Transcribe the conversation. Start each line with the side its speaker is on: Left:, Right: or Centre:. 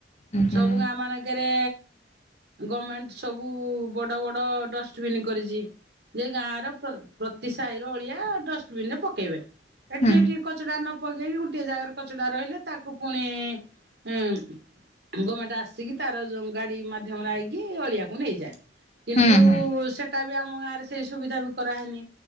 Left: ଉଁ ହୁଁ।
Right: ସବୁ ଗାଁ ମାନେ କେ କେରେ ଗର୍ମେଣ୍ଟ ସବୁ ବଡ଼ ବଡ଼ ଡଷ୍ଟବିନ୍ କରିଛି। ଏ ଗାଁର ପ୍ରତି ସାହିର ଅଳିଆ ଡଷ୍ଟବିନ ରେ ପକେଇବେ। ଏଠି
Left: ହୁଁ
Right: ଏଠି କ କଚଡା ନ ପକେଇକି ଗୋଟିଏ ଜାଗାରେ କଚଡା ରହିଲେ ତାକୁ ପୁଣି ଉଁ ଗର୍ମେଣ୍ଟ ଆସିକି ତାର ଯୋଉଁ ଗାଡ଼ି ମାଧ୍ୟମରେ ଆଇକି ଅଳିଆକୁ ନେଇଯାଏ। କିନ୍ତୁ
Left: ହୁଁ ହୁଁ।
Right: ସେଟା ବି ଆମ ଗାଁ ରେ ସେ ସୁବିଧା ବି କରାହେଇନି।